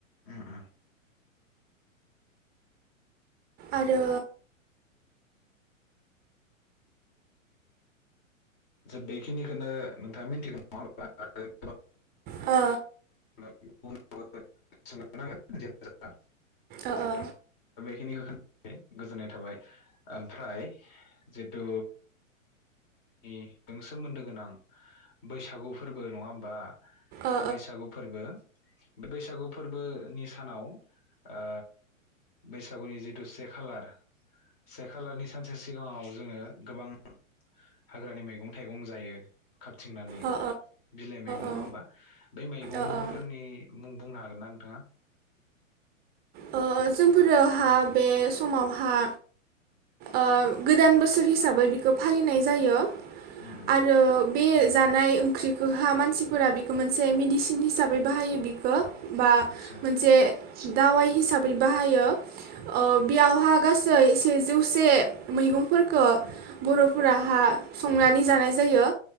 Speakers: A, on the left; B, on the right.
A: उम उम
B: आरो
A: जा बेखिनिखौनो नोंथाङा मिथिगोन नङा होनबा
B: अ
A: <unintelligible>
B: अ औ
A: खिनिखौ खोन गोजोननाय थाबाय ओमफ्राय जितु नि नों सोमोन्दो गोनां बैसागु फोरबो नङा होमबा
B: ओ
A: बैसागु फोरबो बे बैसागु फोरबोनि सानाव ओ बैसागुनि जिथु से खालार से खालारनि सानसे सिगाङाव जोङो गोबां हाग्रानि मैगं थाइगं जायो खाबथिंनानै
B: ओ
A: बिलाइ मैगं
B: ओ
A: नङा हबा बै मैगंफोरनि
B: ओ ओ
A: मुं बुंनो हाग हागोन ना नोंथाङा
B: ओ जोंफोरोहा बे समावहा ओ गोदान बोसोर हिसाबै बिखौ फालिनाय जायो
A: उम उम
B: आरो बे जानाय ओंख्रिखौहा मानसिफोरा बेखौ मोनसे मेडिसिन हिसाबै बाहायो बेखौ बा
A: आतसा
B: मोनसे दावाय हिसाबै बाहायो ओ बेयावहा गासै सेजौसे मैगंफोर खौ
A: उम
B: बर फोराहा संनानै जानाय जायो